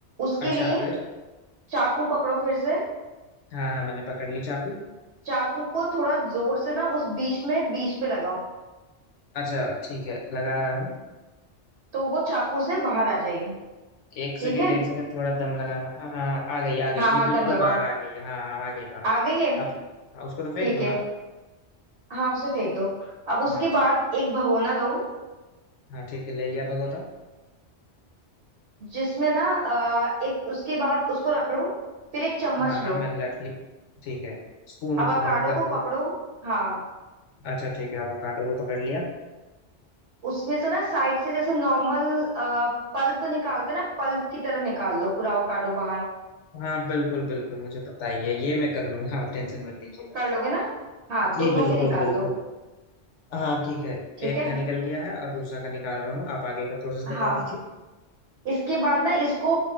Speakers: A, on the right (about 65°); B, on the left (about 80°).
A: उसके
B: अच्छा
A: लिए
B: फिर
A: चाकू पकड़ो फिर से
B: हाँ हाँ मैंने पकड़ ली चाकू
A: चाकू को थोड़ा जोर से ना उस बीच में बीच पे लगाओ
B: अच्छा ठीक है लगा रहा हूँ
A: तो वो चाकू से बाहर आ जाएगी
B: एक सेकंड
A: ठीक है
B: एक सेकंड थोड़ा दम लगाना हाँ हाँ आ गई आ गई
A: हाँ
B: जी
A: हाँ
B: बिल्कुल
A: दम लगाओ
B: बाहर आ गई है हाँ हाँ आ गई बाहर
A: आ गई है
B: अब हाँ, उसको तो फेंक
A: ठीक
B: दो
A: है
B: ना
A: हाँ उसे फेंक दो अब उसके
B: हाँ ठीक
A: बाद एक भगोना लो
B: है हाँ ठीक है ले लिया भगोटा
A: जिसमें ना अ, एक उसके बाद उसको रख लो फिर एक चम्मच
B: हाँ हाँ
A: लो
B: मैंने रख ली ठीक है स्पून
A: अवाकाडो
B: मतलब
A: को
B: वो-
A: पकड़ो हाँ
B: अच्छा ठीक है अवोकाडो को पकड़ लिया
A: उसमें से ना साइड से जैसे नॉर्मल पल्प निकालते ना पल्प की तरह निकाल लो पूरा अवाकाडो बाहर
B: हाँ बिल्कुल बिल्कुल मुझे पता ही है ये मैं कर लूंगा आप टेंशन मत लीजिएगा
A: कर लोगे ना हाँ
B: जी
A: दोनों
B: बिल्कुल
A: के निकाल
B: बिल्कुल
A: लो
B: हाँ ठीक है
A: ठीक
B: एक
A: है
B: का निकल गया है और दूसरा का निकाल रहा हूँ आप आगे का प्रोसेस बता
A: हाँ
B: दीजिए
A: इसके बाद ना इसको